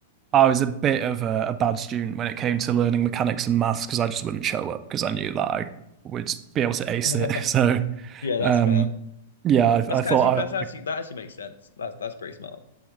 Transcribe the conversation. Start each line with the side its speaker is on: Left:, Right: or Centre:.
Right: I was a bit of a, a bad student when it came to learning mechanics and maths because I just wouldn't show up because I knew that I would be able to ace
Left: <laughs>
Right: it. <laughs> So
Left: Yeah, that's
Right: um,
Left: fair.
Right: yeah,
Left: That's
Right: I, I thought
Left: actually that's actually
Right: I, I
Left: that actually makes sense. That's that's pretty smart.